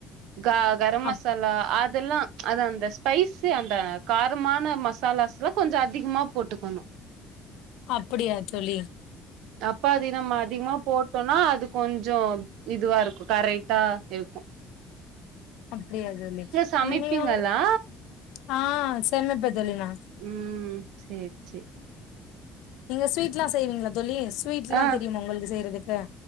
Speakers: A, on the right (about 80°); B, on the left (about 80°).
A: க கரம்
B: அப்
A: மசாலா அதெல்லாம் அது அந்த ஸ்பைஸ் அந்த காரமான மசாலாஸ் எல்லாம் கொஞ்சம் அதிகமா போட்டுக்கணும்
B: அப்டியா சொழி
A: அத நம்ம அதிகமா போட்டோம்னா அது கொஞ்சம் இதுவா இருக்கும் கரெக்டா இருக்கும்
B: அப்டியா தோழி
A: சமைப்பீங்களா
B: நிம் ஆ சேமைப்ப சொல்ல நா
A: ம் சேரி சேரி
B: நீங்க ஸ்வீட்ல்லாம் செய்வீங்களா தோழி ஸ்வீட் எல்லாம்
A: ஆ
B: தெரியும் உங்களுக்கு செய்யறது <inaudible>